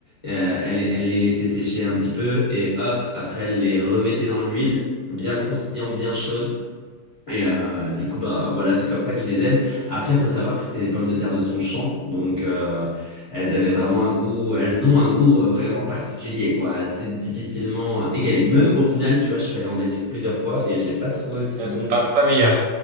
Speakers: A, on the left; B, on the right.
A: euh, elle, elle les laissait sécher un petit peu et hop, après, elle les remettait dans l'huile, bien croustillant, bien chaude. Et euh, du coup, bah voilà, c'est comme ça que je les aime. Après, il faut savoir que c'était des pommes de terre de son champ, donc euh, elles avaient vraiment un goût, elles ont un goût euh, vraiment particulier, quoi, assez difficilement euh, égalé. Même au final, tu vois, je suis allé en Belgique plusieurs fois et j'ai pas trouvé aussi
B: Euh,
A: bon
B: c'est pas,
A: que.
B: pas meilleur.